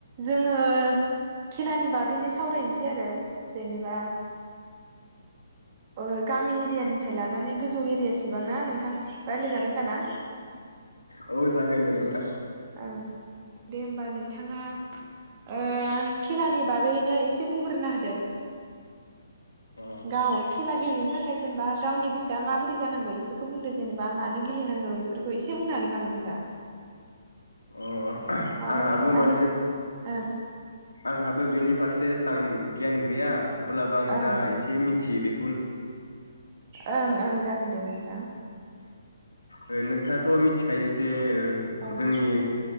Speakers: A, on the right; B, on the left.
A: जोङो खेलानि बागैनो सावरायनोसै आरो जेनेबा ओ गामि एरियानि फाय लानानै गोजौ एरियासिबां ना नोंथां रायज्लायजागोन दा ना?
B: औ जागोन दे नोंथां।
A: ओं दे होमबा नोंथाङा ओ खेलानि बागैनो एसे बुंग्रोना होदो।
B: अ
A: गाव खेला गेलेनो थाखाय जेनेबा गावनि गोसो दा माबोरै जानांगौ इफोरखौ बुंदो जेनेबा मानो गेलेनांगौ इफोरखौ एसे बुंनो हागोन नामा नोंथाङा?
B: अ
A: माबा
B: आंहाबो
A: मोन
B: माने
A: आरो ओं
B: आंहाबो बेनि फारसे सां गियान गैया। अब्लाबो आं
A: ओं
B: जा एसे मिन थियो बे
A: ओं ओं जागोन दे नों
B: होम नोंथाङाथ' मिथिखायो जे ओ
A: ओं
B: जोंनि